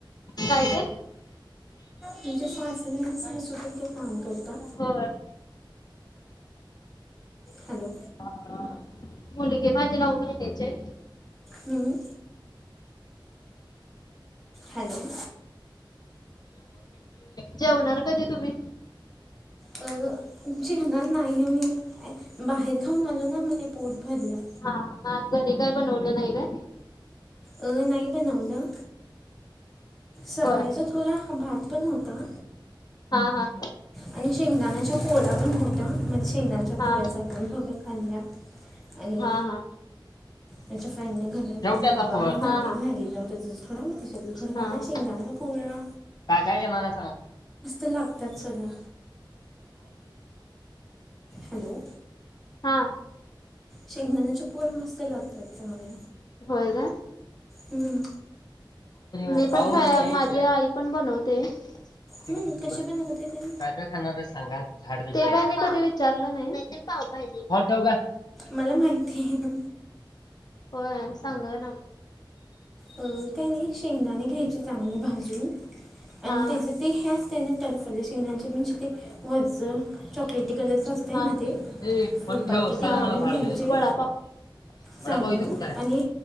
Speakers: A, on the left (about 50°); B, in the centre.
A: काय ते
B: तुमचे सासऱसधा काही काम करता
A: हो
B: हॅलो
A: हा हा मुलगी माझे नऊ महिन्याचे
B: हम्म हॅलो
A: जेवणार कधी तुम्ही
B: म हा नाही मम्ही बाहेर खाऊन आलो ना मग ते पोट भरलं
A: मग हा घरी काय बनवलं नाही का
B: अ नाही बनवलं सकाळचा
A: होय
B: थोडा भात पण होता
A: हा हा
B: आणि शेंगदाणाच्या पोळ्या पण होत्या म्हणजे शेंगदाच्या
A: हा
B: पोळ्याचा पण थोड्या खाल्ल्या आणि
A: हा हा
B: माझ्या फ्रेंडने घरी
A: ठेव की आता
B: डबा
A: फोन
B: राहिलेला
A: हा हा
B: होता त्या थोडा मा शकत थोडकाना
A: हा हा
B: शेंगदाना पोळा
A: काय काय घेणार आहे सांगा
B: लागतात सगळ्या हॅलो
A: हा
B: शेंगदाण्याच्या पोळ्या मस्त लागतात चांगल्या
A: होय काय
B: हम्म
A: मी पण
B: ते काय
A: माझी आई पण बनवते चिकन
B: हम्म
A: सिक्स्टी
B: कशी
A: फाय
B: बनगत त्यां?
A: ते काय मी कधी विचारलं नाही पावभाजी. फोन ठेव ग.
B: मला माहिती आहे
A: हा सांगलं ना
B: अ काय नाही शेंगदाणे घ्यायचे चांगले भाजून आणि
A: हा
B: त्याचे ते हे असता त्यांना टरफल्या शेंगण्याचे म्हणजे ते वजन चॉकलेटी कलर्स असते त्यां
A: हा
B: ना ते
A: ए
B: फुलपाटी
A: फोन ठेव सांग
B: ते काढून
A: हा. मला झाड
B: घ्यायचे
A: दे. वडापाव
B: चांगलं
A: वडापाव इथं कुठं आहे?
B: आणि